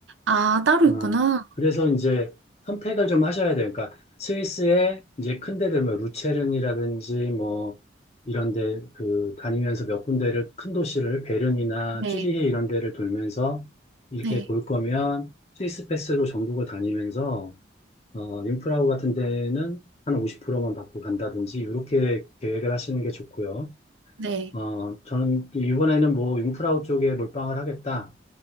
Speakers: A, on the right; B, on the left.
A: 아, 따로
B: 어,
A: 있구나.
B: 그래서 이제 선택을 좀 하셔야 돼요. 그러니까 스위스의 이제 큰 데들 뭐 루체른이라든지 뭐 이런 데 그 다니면서 몇 군데를 큰 도시를 베른이나
A: 네,
B: 취리히 이런 데를 돌면서 이렇게
A: 네,
B: 볼 거면 스위스 패스로 전국을 다니면서 어, 융프라우 같은 데는 한 50%만 받고 간다든지 이렇게 계획을 하시는 게 좋고요.
A: 네.
B: 어, 저는 이번에는 뭐 융프라우 쪽에 몰빵을 하겠다.